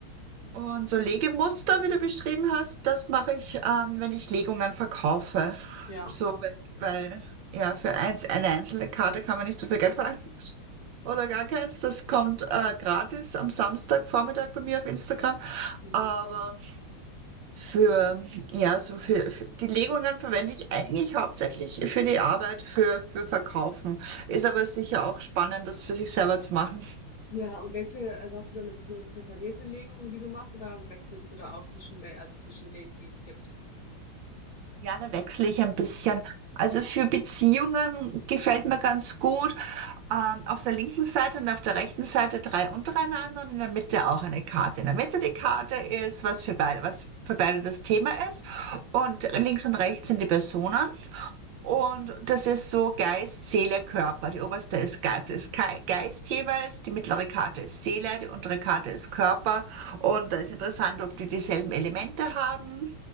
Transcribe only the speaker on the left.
Ja.
Mhm.
Ja, und welche, also hast du da eine prä- präferierte Legung, die du machst, oder wechselst du da auch zwischen, wel- also zwischen denen, die es gibt?